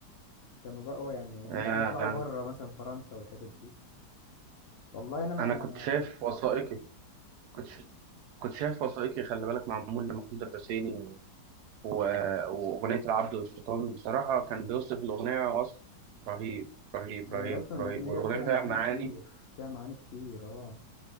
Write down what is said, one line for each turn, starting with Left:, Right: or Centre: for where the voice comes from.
Left: كانوا بقى يعني ممكن
Right: آه
Left: يطلعوا بره مثلا فرنسا والحتت دي والله انا ما
Right: أنا كنت شايف وثائقي
Left: شايف
Right: كنت ش- كنت شايف وثائقي خلي بالك معمول لمحمود الحسيني و- وأغنية العبد والشيطان بصراحة كان بيوصف الأغنية وصف رهيب رهيب
Left: هي
Right: رهيب
Left: اصلا الاغنيه
Right: رهيب والأغنية
Left: فيها
Right: فيها
Left: معاني
Right: معاني
Left: كتير فيها معاني كتير اه